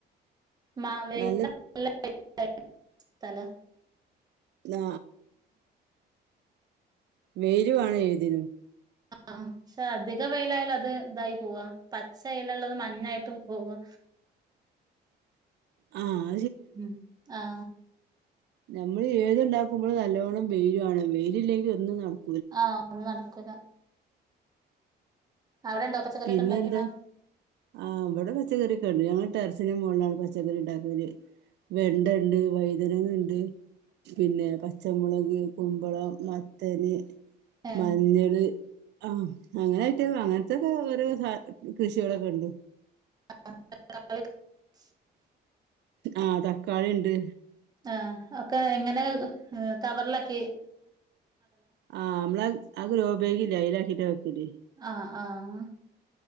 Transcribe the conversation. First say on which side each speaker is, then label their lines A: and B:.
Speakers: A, on the right; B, on the right.
A: മാ വേലി
B: നല്ല
A: <unintelligible> സ്ഥല
B: ആ വെയ്ലുവേണം ഏതിനു
A: ആ ക്ഷെ അധിക വയിലായാലും അത് ഇതായി പോവ പച്ച എലള്ളത് മഞ്ഞായിട്ടും പോവാ
B: ആ
A: ഉം ആ
B: നമ്മള് ഏത് ഉണ്ടാക്കുമ്പോളും നല്ലവോണം വെയ്ലുവേണം വെയ്ളില്ലെങ്കി ഒന്നുങ്ങട്ട്
A: ആ ഒന്നും നടക്കൂല അവിടെണ്ടോ പച്ചക്കറിയൊക്കെ
B: പിന്നെ
A: ഇണ്ടാക്കീണോ
B: എന്തേ ആ ഇബടെ പച്ചക്കറി ണ്ട് ഞങ്ങൾ ടെറസിനന് മുകളിലാണ് പച്ചക്കറി ഉണ്ടാക്കല് വെണ്ട ഉണ്ട് വൈതനങ്ങ ഉണ്ട് പിന്നെ പച്ചമുളക് കുമ്പളം മത്തന്
A: ഏഹ്
B: മഞ്ഞള് ആ അങ്ങനൊയിട്ട് അങ്ങനത്തെ ഓരോ സ കൃഷികളൊക്കെ ഉണ്ട്
A: <inaudible>
B: ആഹതക്കാളിണ്ട്
A: ആ ഒക്കെ എങ്ങനെ കവർലാക്കി
B: ആ നമ്മള ആ ഗ് രൊ ബാക് ലെ അയിലക്കിട്ടാ വക്കല്
A: ആഹ് ആഹ്